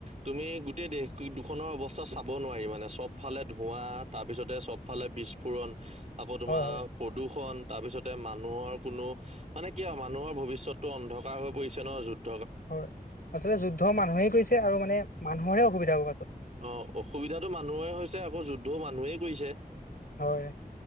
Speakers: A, on the right (about 45°); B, on the left (about 70°).
A: তুমি গোটেই দেশ দুখনৰ অৱস্থা চাব নোৱাৰি মানে চব ফালে ধোৱা তাৰপিছতে চবফালে বিস্ফোৰণ আকৌ তোমাৰ
B: হয় হয়
A: প্ৰদূষণ তাৰপিছতে মানুহৰ কোনো মানে কি হয় মানুহৰ ভৱিষ্যতটো অন্ধ হৈ পৰিছে ন যুদ্ধ
B: হয় আচলতে যুদ্ধ মানুহেই কৰিছে আৰু মানে মানুহৰহে অসুবিধা হ'ব পাছত।
A: অ অসুবিধাতটো মানুহৰে হৈছে, আকৌ যুদ্ধও মানুহেই কৰিছে।
B: হয়